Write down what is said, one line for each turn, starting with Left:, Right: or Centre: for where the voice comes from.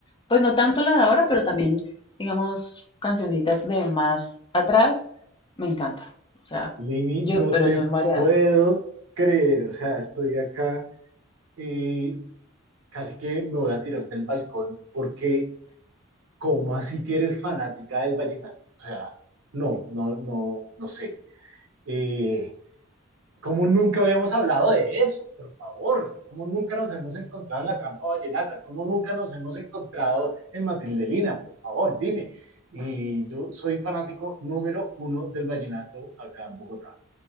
Left: pues no tanto la de ahora, pero también, digamos, cancioncitas de más atrás, me encanta, o sea,
Right: Lini,
Left: yo,
Right: no
Left: pero
Right: te
Left: yo me variada,
Right: puedo creer. O sea, estoy acá y casi que me voy a tirar del balcón porque, ¿cómo así que eres fanática del vallenato? O sea, no, no, no, no sé. Eh, Cómo nunca habíamos hablado de eso? Por favor, Cómo nunca nos hemos encontrado en la trampa vallenata? Cómo nunca nos hemos encontrado en Matildelina? Por favor, dime. Y yo soy fanático número uno del vallenato acá en Bogotá.